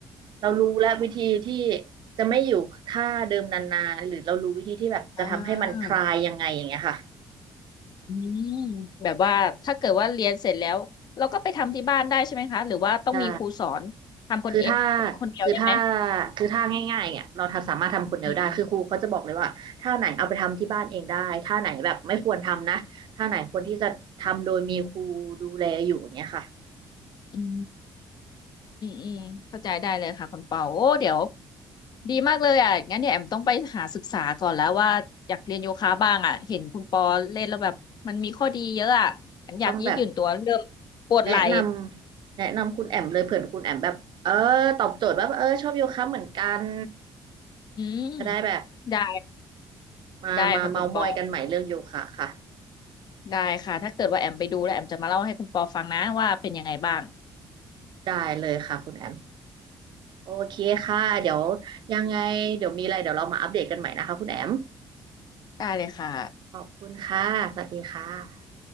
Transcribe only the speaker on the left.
อ่า อืมแบบว่าถ้าเกิดว่าเรียนเสร็จแล้วเราก็ไปทำที่บ้านได้ใช่ไหมคะหรือว่าต้องมีครูสอนทำคนเอ
คนเดียวได้ไหม
อืมอืมอืมอืมเข้าใจได้เลยค่ะคุณเปาโอ้เดี๋ยวดีมากเลยอ่ะงั้นเดี๋ยวแอมต้องไปหาศึกษาก่อนแล้วว่าอยากเรียนโยคะบ้างอ่ะเห็นคุณปอเล่นแล้วแบบมันมีข้อดีเยอะอ่ะแอมอยากยืดหยุ่นตัวเริ่มปวดไหล่
อืม
ได้
ได้ค่ะคุณปอ ได้ค่ะ ถ้าเกิดว่าแอมไปดูแล้วแอมจะมาเล่าให้คุณปอฟังนะว่าเป็นยังไงบ้าง
ได้เลยค่ะ